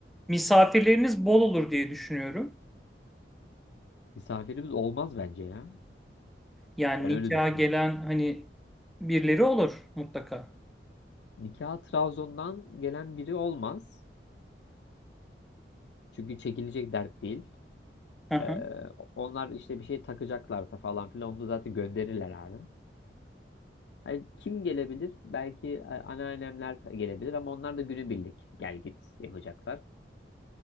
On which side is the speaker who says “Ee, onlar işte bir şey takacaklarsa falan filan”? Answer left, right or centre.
Left